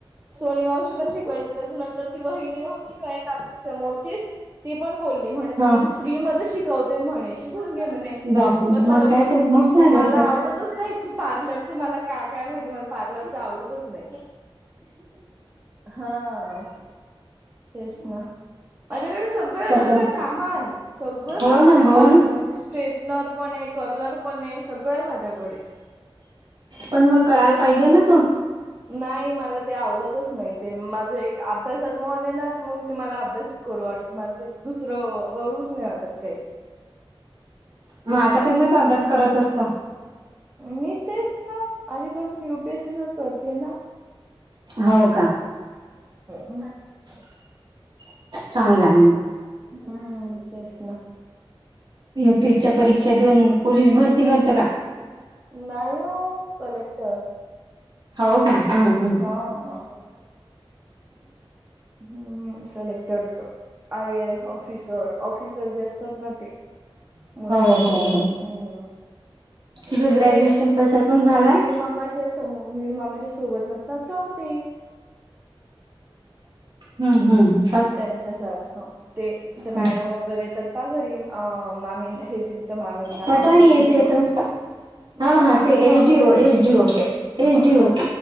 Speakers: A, on the right (about 20°); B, on the right (about 50°).
A: सोनि मावशी पण शिकवायची,, त्याच्यानंतर ती बहिणी नव्हती किंवा एक काच्या समोरचीतऽ ती पण बोलली,, म्हणे
B: हा
A: तुला मी फ्री मध्ये शिकवते म्हणे,, शिकून घे म्हणे.
B: बापरे!
A: कशाला
B: मग
A: उगाच,,
B: काय तर मस्त
A: मग
B: झालं
A: मला
B: असतं
A: आवडतच नाही ते पार्लरचं,, मला का काय माहिती मला? पार्लर च आवडतच नाही. हां,, तेच ना,, माझ्याकडेचऽ सगळ य
B: तसं.
A: बर का सामान,,, सगळं,
B: हो
A: सामान
B: ना,
A: आहे.
B: हो
A: ऑल,,,
B: ना.
A: म्हणजे स्ट्रेटनरऽ पण एक,, कर्लर पण एक,, सगळ्या माज्याकडे.
B: पण मग करायला पाहिजे ना तू
A: नाही मला ते आवडतच नाही ते माझ एक अभ्यासात मन ये ना तर मग ते म्हाला अभ्यासच करू वाट मला ते दुसरं गूच नाही वाटत काही.
B: मग आता कशाच अभ्यास करत असत.
A: मी तेच ना आधपासून युपीएससीच करतेय ना.
B: हो का.
A: म
B: <inaudible> चांगला आहे मग.
A: हम् तेस.
B: युपीएसच्या परीक्षा देऊन पोलीस भरती करत का.
A: नाहीयो कलेक्टर.
B: हो का. हं, हं.
A: हा. हम्म कलेक्टरच I A S officer officer जे असतात ना ते. मोठे
B: हो,
A: अधिकारी
B: हो, हो.
A: हम्म.
B: तुझं ग्रॅज्युएशन
A: ते
B: कशातून झालंय?
A: विनिमाच्या समूह मन मामाच्या सोबत नसतात काओ तेऽ
B: हम्म, हम्,
A: त्यांच्या सारखं ते,, ते
B: हं.
A: मॅडम वगैरे येतात पहा घरी,, मामीना हे दिलंऽ त. मामींना,,
B: पटवारी
A: औषध
B: येते
A: दिलतं.
B: तो. हां,
A: नाही,
B: हां.
A: मामींना
B: ते एसडीओ,
A: औषध
B: एसडीओ,
A: दिलतं.. हां,
B: एसडीओ.
A: तस,,